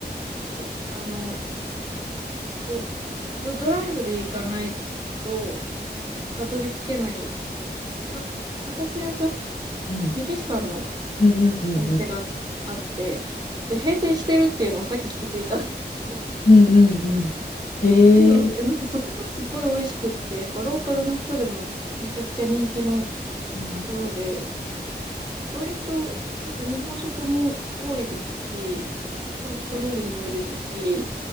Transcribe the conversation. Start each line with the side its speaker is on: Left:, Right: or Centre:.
Right: す、あの、こう、ド、ドライブで行かないと、たどり着けない、タ、タコス屋さん
Left: うん。
Right: メキシカンの
Left: うんうんうんうん。
Right: お店があって、それ閉店してるっていうのをさっき気づいたんですけど、
Left: うんうんうん。
Right: <laughs>
Left: ええ
Right: え、でも、え、なんかそこがすごい美味しくって、やっぱローカルの人でもめちゃくちゃ人気の
Left: うん。
Right: ところで、割とやっぱ日本食も多いですし、韓国料理も多いですし、